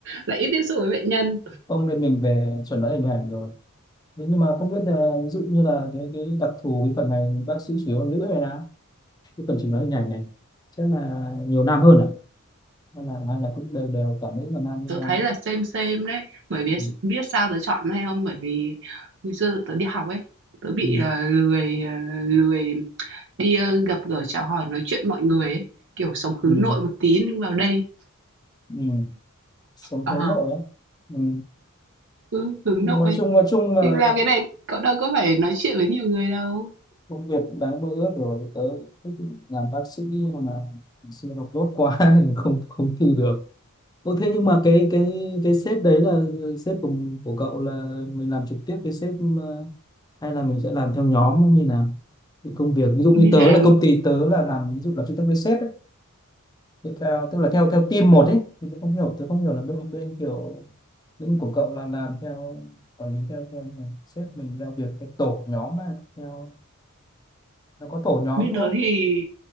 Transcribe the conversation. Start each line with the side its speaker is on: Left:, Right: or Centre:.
Right: lại ít tiếp xúc với bệnh nhân.
Left: không nên mình về chuẩn đoán hình ảnh rồi. Đúng, nhưng mà không biết là ví dụ như là cái cái đặc thù cái phần này bác sĩ chủ yếu là nữ hay là cái phần chỉnh nói hình ảnh này chắc là nhiều nam hơn à hay là hay là cũng đều đều cả nữ và nam với
Right: Tớ
Left: nhau
Right: thấy là xem xem đấy, bởi vì
Left: ừ.
Right: biết sao tớ chọn hay không? Bởi vì ngày xưa tớ đi học ấy, tớ bị,
Left: Ừ.
Right: ờ, lười, ờ, lười đi, ơ, gặp gỡ, chào hỏi, nói chuyện mọi người ấy, kiểu, sống
Left: Ừ.
Right: hướng nội một tí nhưng vào đây
Left: Ừ. sống
Right: ờ,
Left: hướng nội á ừ.
Right: ừ, hướng
Left: Nhưng
Right: nội,
Left: nói chung nói chung là
Right: nhưng làm cái này cậu đâu có phải nói chuyện với nhiều người đâu.
Left: công việc cũng đáng mơ ước rồi tớ thích làm bác sĩ nhưng mà xưa học dốt quá <laughs> nên không không thi được Ồ, thế nhưng mà cái cái cái sếp đấy là sếp của của cậu là mình làm trực tiếp với sếp ờ, hay là mình sẽ làm theo nhóm như nào Cái công việc ví dụ như
Right: Mình
Left: tớ
Right: phải làm
Left: là công ty tớ là làm ví dụ là phân tích với sếp ấy Thì theo tức là theo theo team một ấy thì tớ không hiểu tớ không hiểu là bên bên kiểu lĩnh của cậu là làm theo quản lý theo, theo là sếp mình giao việc cái tổ nhóm mà theo nó có tổ nhóm
Right: bên
Left: đúng
Right: tớ
Left: không
Right: thì